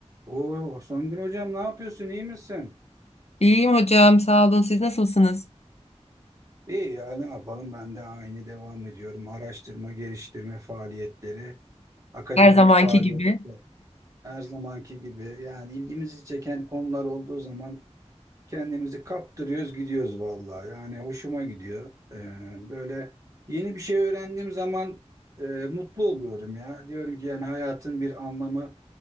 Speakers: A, on the right; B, on the left.
A: Oo, Songül hocam ne yapıyorsun? İyi misin?
B: İyiyim hocam, sağ olun. Siz nasılsınız?
A: İyi ya ne yapalım ben de aynı devam ediyorum. Araştırma, geliştirme faaliyetleri, akademik
B: Her zamanki
A: faaliyetler
B: gibi.
A: her zamanki gibi. Yani ilgimizi çeken konular olduğu zaman Kendimizi kaptırıyoruz, gidiyoruz vallahi. Yani hoşuma gidiyor. Ee, böyle yeni bir şey öğrendiğim zaman e, mutlu oluyorum ya. Diyorum ki yani hayatın bir anlamı